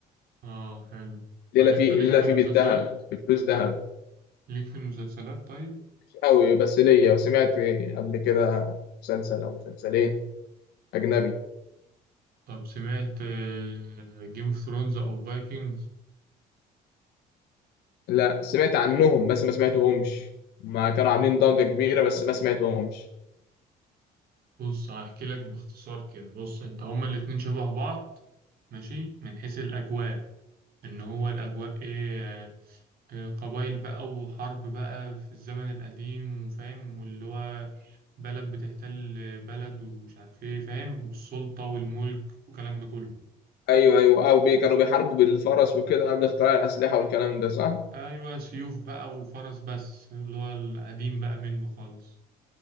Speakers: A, on the right (about 65°); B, on the left (about 80°).
A: آه حلو طب
B: ليلة
A: أنت
B: فيه
A: ليك
B: ليلة
A: في
B: فيه
A: المسلسلات؟
B: بالذهب بفلوس ذهب
A: ليك في المسلسلات طيب؟
B: مش قوي بس ليا سمعت قبل كده مسلسل او مسلسلين اجنبي
A: طب سمعت جيم اوف ثرونز أو فايكنجز؟
B: لا سمعت عنهم بس ما سمعتهمش ما كانوا عاملين ضجة كبيرة بس ما سمعتهمش
A: بص هحكي لك باختصار كده بص أنت هما الاتنين شبه بعض ماشي من حيث الأجواء ان هو الاجواء ايه آه، آه، قبائل بقى وحرب بقى في الزمن القديم وفاهم واللي هو بلد بتحتل بلد ومش عارف ايه فاهم والسلطة والملك والكلام ده كله
B: ايوه ايوه او بي كانوا بيحاربوا بالفرس وكده قبل اختراع الاسلحه والكلام ده صح
A: ايوه سيوف بقى وفرس بس اللي هو القديم بقى منه خالص